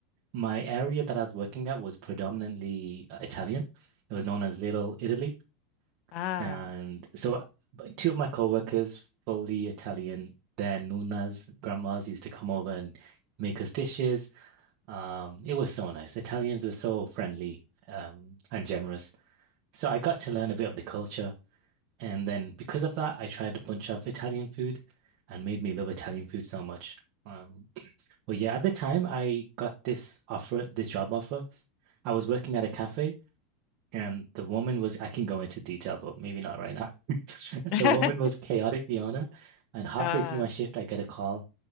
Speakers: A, on the right (about 55°); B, on the left (about 55°).
A: My area that I was working at was predominantly uh, Italian. It was known as Little Italy.
B: ah,
A: And so but two of my coworkers, fully Italian, their nunas, grandmas used to come over and make us dishes. Um, it was so nice. Italians were so friendly, um, and generous. So I got to learn a bit of the culture. And then because of that, I tried a bunch of Italian food and made me love Italian food so much. Um, but yeah, at the time I got this offer, this job offer. I was working at a cafe and the woman was, I can go into detail, but maybe not right now. <laughs>
B: <laughs>
A: The woman was chaotic, the owner. And halfway
B: ah,
A: through my shift, I get a call